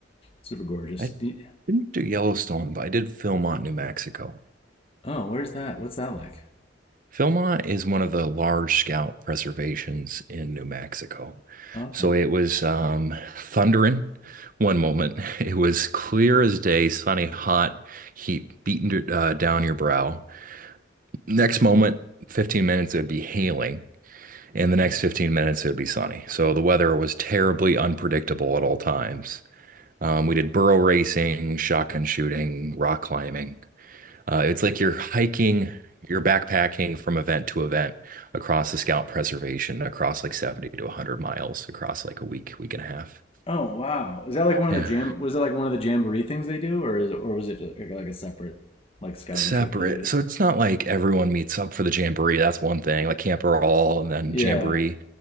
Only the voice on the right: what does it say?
I
didn't do Yellowstone, but I did film on New Mexico.
Philmont is one of the large scout preservations in New Mexico.
So it was um, thundering one moment. <laughs> It was clear as day, sunny, hot, heat beating uh, down your brow. Next moment, 15 minutes, it would be hailing. And the next 15 minutes, it would be sunny. So the weather was terribly unpredictable at all times. Um, we did burro racing, shotgun shooting, rock climbing. Uh, it's like you're hiking, you're backpacking from event to event across the Scout Preservation, across like 70 to 100 miles, across like a week, week and a half.
Yeah.
Separate.
So it's not like everyone meets up for the Jamboree. That's one thing, like Camper All and then
Jamboree.